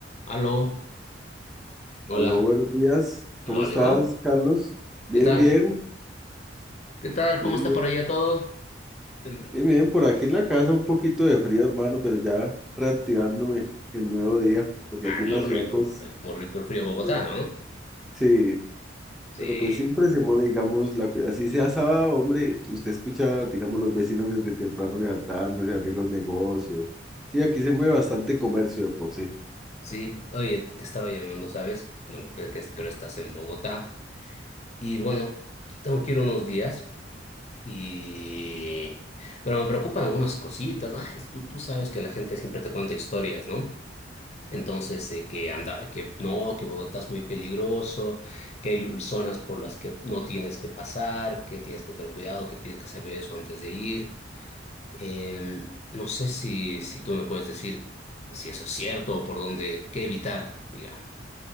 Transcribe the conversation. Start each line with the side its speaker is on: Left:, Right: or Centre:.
Left: Aló, hola,
Centre: Aló, buenos días.
Left: aló
Centre: ¿Cómo
Left: Alejo,
Centre: estás, Carlos? Bien,
Left: ¿qué tal?
Centre: bien,
Left: ¿Qué tal?
Centre: bien,
Left: ¿Cómo está
Centre: bien,
Left: por allá todo? El-
Centre: bien, bien. Por aquí en la casa un poquito de frío, hermano, pero ya reactivándome el nuevo día, porque
Left: Ah,
Centre: aquí
Left: muy
Centre: en la ciudad,
Left: rico,
Centre: pues,
Left: eh, muy rico el frío de Bogotá,
Centre: eh,
Left: ¿no?
Centre: sí,
Left: Sí,
Centre: pero pues siempre se mueve, digamos, la, cu- así sea sábado, hombre, usted escucha, digamos, los vecinos desde temprano levantándose, abrir los negocios. Sí, aquí se mueve bastante comercio de por sí.
Left: sí, oye, te te estaba llamando, ¿sabes? Bueno, creo que creo que estás en Bogotá. Y bueno, tengo que ir unos días y... Pero me preocupan algunas cositas, ¿no? Es- Tú, tú sabes que la gente siempre te cuenta historias, ¿no? Entonces, eh, que anda, que no, que Bogotá es muy peligroso, que hay lu- zonas por las que no tienes que pasar, que tienes que tener cuidado, que tienes que saber eso antes de ir. Em, no sé si, si tú me puedes decir si eso es cierto o por dónde, qué evitar, digamos.